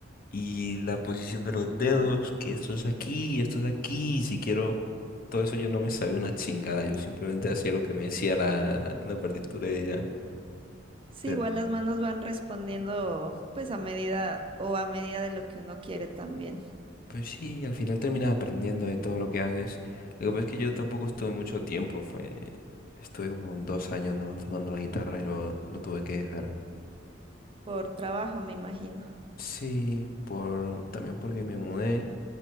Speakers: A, on the left; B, on the right.
A: y la posición de los dedos, que esto es aquí, esto es aquí, y si quiero, todo eso yo no me sabía una chingada, yo simplemente hacía lo que me decía la, la partitura de ella.
B: Sí,
A: Pero
B: igual
A: bueno,
B: las manos van respondiendo pues a medida o a medida de lo que uno quiere también,
A: pues sí, al final terminas aprendiendo de todo lo que haces. Lo que pasa es que yo tampoco estuve mucho tiempo, fue, estuve como dos años nada más tocando la guitarra y lo, lo tuve que dejar.
B: por trabajo, me imagino.
A: Sí, por, también porque me mudé